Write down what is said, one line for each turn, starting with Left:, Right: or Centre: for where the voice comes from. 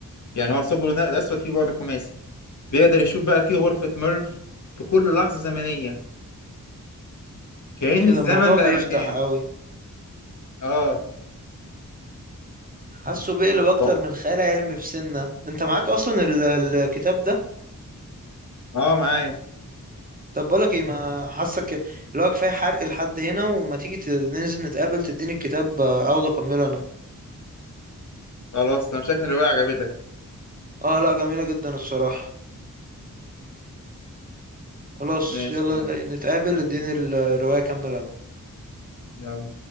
Left: يعني هو الثقب الاسود فيه بعد خماسي بيقدر يشوف بقى فيه غرفة ميرف في كل لحظة زمنية
Right: <clears throat>
Left: كأن
Right: ايه
Left: الزمن
Right: ده الموضوع
Left: بقى
Right: بيفتح
Left: مكان
Right: قوي
Left: اه
Right: حاسه بيقلب اكتر
Left: <laughs>
Right: من خيال علمي في سنة انت معاك اصلا ال- الكتاب ده
Left: اه معايا
Right: طب بقولك ايه ما حاسك اللي هو كفايه حرق لحد هنا وما تيجي ت- ننزل نتقابل تديني الكتاب آه، اخده اكمله انا
Left: خلاص انا شكل الرواية عجبتك
Right: اه لا جميلة جدا الصراحة خلاص
Left: ماشي
Right: يلا
Left: تمام
Right: نتقابل اديني الرواية كمل
Left: يلا